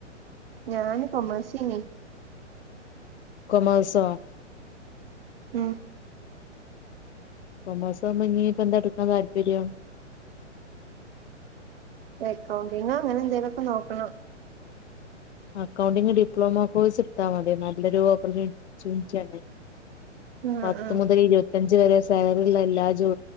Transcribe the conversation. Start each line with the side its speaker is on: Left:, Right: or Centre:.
Right: ഞാന് കോമെയ്‌സ് നു
Left: കോമെയ്‌സോ
Right: ഉം
Left: കോമെയ്‌സ് ആവുമ്പോ ഇന്നി ഇപ്പൊ എന്താ എടുക്കാൻ താല്പര്യം
Right: എക്കൗണ്ടിങ്ങോ അങ്ങനെ എന്തെലൊക്കെ നോക്കണം
Left: അക്കൗണ്ടിംങ് ഡിപ്ലോമ കോഴ്സ് എത്താൽ മതി നല്ലൊരു ഓപ്പർച്യൂണിച്ണറ്റി ആണ്
Right: ആഹ്
Left: പത്ത്
Right: ആഹ്
Left: മുതൽ ഇരുപത്തിയഞ്ച് വരെ സാലറിള്ള എല്ലാ ജോ